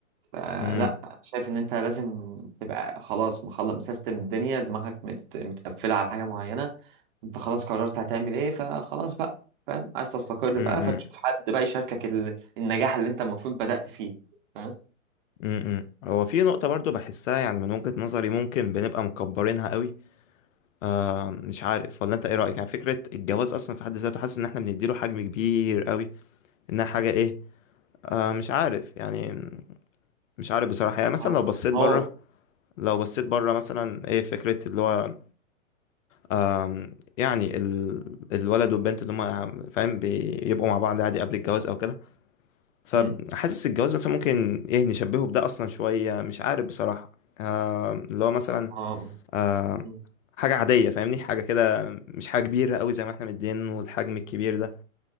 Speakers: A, on the right (about 40°); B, on the left (about 65°).
A: فلا
B: مم.
A: شايف ان انت لازم تبقى خلاص مخلص مسيستم الدنيا دماغك مت... متقفلة على حاجة معينة انت خلاص قررت هتعمل ايه فخلاص بقى فاهم عايز تستقر
B: مم.
A: بقى فتشوف حد بقى يشاركك ال... النجاح اللي انت المفروض بدأت فيه فاهم
B: مم. مم. هو في نقطة برضو بحسها يعني من وجهة نظري ممكن بنبقى مكبرينها قوي آه مش عارف ولا انت ايه رأيك يعني فكرة الجواز اصلا في حد ذاته حاسس ان احنا بنديله حجم كبير قوي انها حاجة ايه آه مش عارف يعني مش عارف بصراحة يعني مثلا
A: هو
B: لو بصيت
A: هو-
B: بره لو بصيت بره مثلا ايه فكرة اللي هو آم، يعني ال... الولد والبنت اللي هما فاهم بيبقوا مع بعض عادي قبل الجواز او كده فحاسس
A: مم.
B: الجواز مثلا ممكن ايه نشبهه بده اصلا شوية مش عارف بصراحة آم، اللي هو مثلا
A: اه
B: آم،
A: مم.
B: حاجة عادية فاهمني حاجة كده مش حاجة كبيرة قوي زي ما احنا مدين والحجم الكبير ده